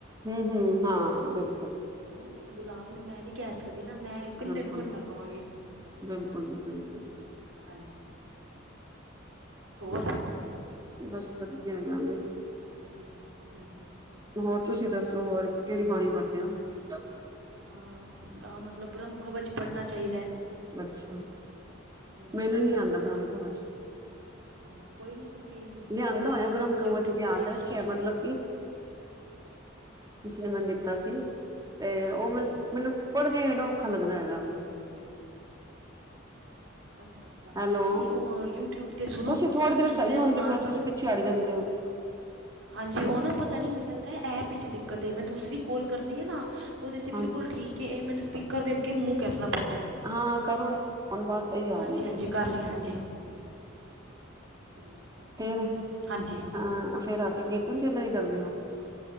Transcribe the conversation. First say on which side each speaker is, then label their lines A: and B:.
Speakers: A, on the right; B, on the right.
A: ਹੂੰ- ਹੂੰ। ਹਾਂ, ਬਿਲਕੁਲ।
B: ਹਨਾ। ਗੁਲਾਬ ਨੂੰ, ਮੈਂ ਨਹੀਂ ਕਹਿ ਸਕਦੀ ਨਾ। ਮੈਂ ਕੰਡੇ
A: ਬਿਲਕੁਲ
B: ਨੂੰ, ਕੰਡਾ ਕਵਾਂਗੀ।
A: ਬਿਲਕੁਲ ਜੀ ਬਿਲਕੁਲ
B: ਹਾਂਜੀ। ਹੋਰ?
A: ਬਸ ਵਧੀਆ, ਹੈਗਾ ਵੇ।
B: ਹਾਂਜੀ। ਹਾਂਜੀ।
A: ਹੋਰ ਤੁਸੀਂ ਦੱਸੋ? ਹੋਰ ਕਿਹੜੀ ਬਾਣੀ ਪੜਦੇ ਹੋ? <unintelligible>
B: ਹਾਂ ਮਤਲਬ ਬ੍ਰਹਮ ਕਵਚ ਪੜ੍ਹਨਾ ਚਾਹੀਦਾ।
A: ਅੱਛਾ
B: ਹੂੰ
A: ਮੈਨੂੰ
B: ਪੜ੍ਹਨਾ
A: ਨੀ
B: ਚਾਹੀਦਾ
A: ਆਉਂਦਾ ਬ੍ਰਹਮ
B: ਹੈ
A: ਕਵਚ।
B: ਹਾਂ ਕੋਈ ਨਹੀਂ ਤੁਸੀਂ
A: ਲਿਆਂਦਾ
B: ਉਹ
A: ਹੋਇਆ ਬ੍ਰਹਮ ਕਵਚ
B: ਯੂਟਊਬ
A: ਲਿਆ
B: 'ਤੇ।
A: ਕੇ ਰੱਖਿਆ
B: <inaudible>
A: ਮਤਲਬ <unintelligible>
B: ਹਾਂਜੀ
A: ਦਿਤਾ ਸੀ ਤੇ ਓ
B: ਹਾਂਜੀ
A: ਮੈਨੂੰ
B: ਹਾਂਜੀ
A: ਮੈਨੂੰ ਪੜ੍ਹਦਿਆਂ ਈ ਏਡਾ ਔਖਾ ਲੱਗਦਾ ਹੈਗਾ ਵੇ।
B: ਅੱਛਾ-ਅੱਛਾ
A: ਹੈਲੋ
B: ਹਾਂ ਨੀ ਓ ਯੂਟਿਊਬ ਤੇ ਸੁਣੋ
A: ਤੁਸੀਂ ਥੋੜ੍ਹੀ ਦੇਰ
B: ਸੁਣਦੇ
A: ਸਹੀ ਹੁੰਦੇ
B: ਰੋ ਨਾਲ
A: ਫਿਰ
B: ਪੜ੍ਹਦੇ ਰੋ।
A: <unintelligible> ਜਾਂਦੇ ਓ।
B: ਹਾਂਜੀ ਓ ਨਾ ਪਤਾ ਨੀ ਮੈਨੂੰ ਲੱਗਦਾ ਐਪ ਵਿੱਚ ਦਿੱਕਤ ਏ ਮੈਂ ਦੂਸਰੀ ਕੋਲ ਕਰਨੀ ਆ ਨਾ ਓਦੇ ਤੇ ਬਿਲਕੁਲ
A: ਹਾਂਜੀ
B: ਠੀਕ ਏ ਏ ਮੈਨੂੰ ਸਪੀਕਰ ਦੇ ਅੱਗੇ ਮੂੰਹ ਕਰਨਾ ਪੈਂਦਾ।
A: ਹਾਂ ਕਰੋ ਹੁਣ ਆਵਾਜ਼ ਸਹੀ
B: ਹਾਂਜੀ
A: ਆ ਰੀ
B: ਹਾਂਜੀ
A: ਐ।
B: <unintelligible>
A: ਫੇਰ?
B: ਹਾਂਜੀ।
A: ਹਾਂ ਫੇਰ ਰਾਤੀ ਕੀਰਤਨ ਸੋਹਿਲਾ ਵੀ ਕਰਦੇ ਓ?